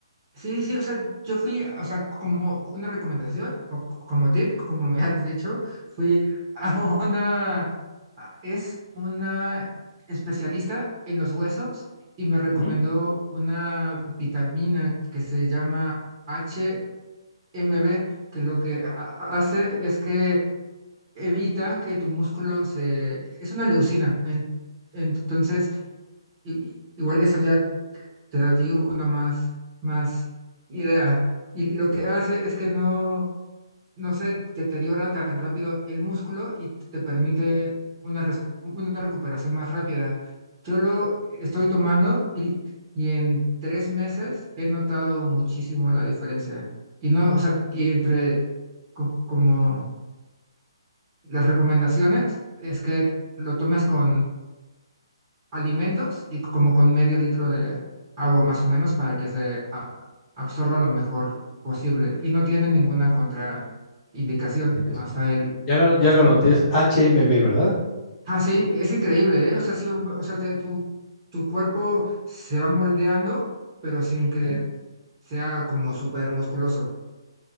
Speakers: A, on the right; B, on the left.
A: Sí, sí, o sea, yo fui, o sea, como una recomendación, o c- como tip, como me <laughs> has dicho, fui a una, a- es una especialista en los huesos y me recomendó
B: Ujú.
A: una vitamina que se llama HMB, que lo que a- a- hace es que evita que tu músculo se, es una leucina, en- entonces i- igual eso ya te da a ti una más, más idea. Y, y lo que hace es que no, no se deteriora tan rápido el músculo y te permite una, res- una recuperación más rápida. Yo lo estoy tomando y, y en tres meses he notado muchísimo la diferencia. Y no, o sea, y entre co- como las recomendaciones es que lo tomes con alimentos y como con medio litro de agua más o menos para que se a- absorba lo mejor posible. Y no tiene ninguna contraindicación
B: Así que,
A: hasta el,
B: Ya lo, ya
A: hasta...
B: lo anoté, es HMB, ¿verdad?
A: Ah, sí, es increíble, ¿eh? O sea, sí, va- o sea, te- tu, tu cuerpo se va moldeando, pero sin que
B: Ujú.
A: sea como súper musculoso.